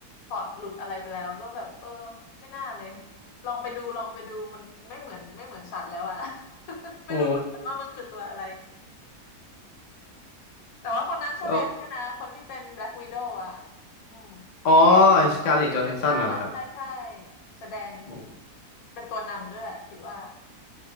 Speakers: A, on the left; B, on the left.
A: พล็อตหลุดอะไรไปแล้วก็แบบเออไม่น่าเลยลองไปดูลองไปดูมันไม่เหมือนไม่เหมือนสัตว์แล้วอะ <laughs> ไม่รู้เหมือนกันว่ามันคือตัวอะไร
B: โอ้
A: แต่ว่าคนนั้นแสดงด้วยนะคนที่เป็นแบล็กว
B: แล้ว
A: i ด o w อะอืม
B: อ๋อสการ์เล็ตจอห์นสันน่ะเหรอครับ
A: ใช่ใช่ใช่แสดง
B: โอ้
A: เป็นตัวนำด้วยแหละคิดว่า